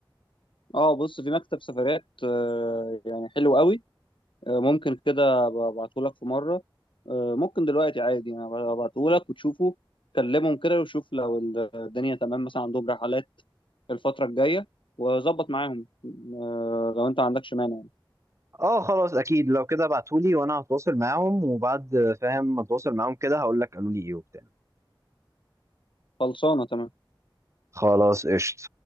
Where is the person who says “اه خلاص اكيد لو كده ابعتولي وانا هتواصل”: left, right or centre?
Right